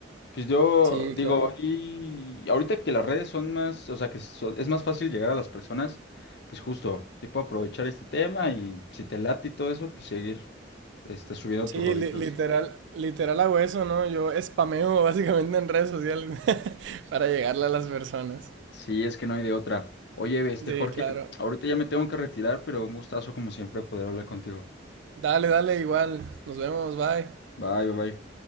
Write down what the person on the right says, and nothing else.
Sí,
claro.
Sí,
li- literal, literal hago eso, ¿no? Yo spameo <laughs> básicamente en redes sociales <laughs> para llegarle a las personas.
Sí,
claro.
Dale, dale, igual. Nos vemos, bye.